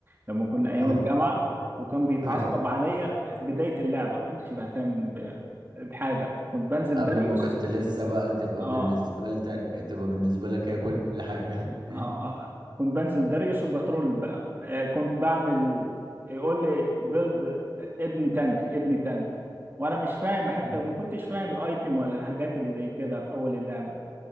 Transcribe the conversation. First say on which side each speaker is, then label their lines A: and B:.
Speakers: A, on the right (about 25°); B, on the right (about 70°).
A: لما كنا ايام
B: اه
A: الجامعه وكان بيتعصب
B: ايوه
A: عليا في بدايه اللعبه كنتش بهتم ب- بحاجه كنت بنزل
B: قبل
A: داريوس
B: ما كنت لسه بقى تبقى
A: اه
B: بالنسبة لك تبقى بالنسبة لك هي كل حاجة <laughs>
A: اه آه. كنت بنزل داريوس وبترول بقى آه كنت بعمل يقول لي بيلد ابني تانك ابني تانك وانا مش فاهم حتى
B: أمم.
A: ما كنتش فاهم الايتم ولا الحاجات اللي زي كده في اول اللعبه